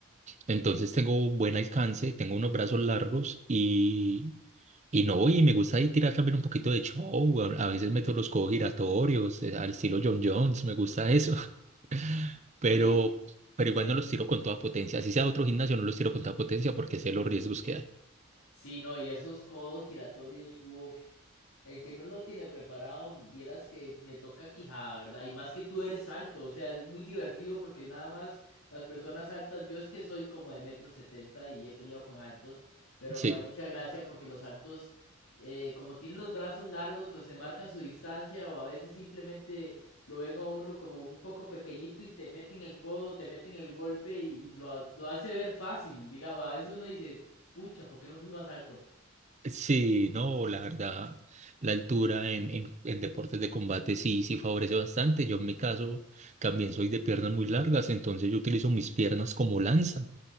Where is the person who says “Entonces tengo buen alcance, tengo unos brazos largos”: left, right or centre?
Right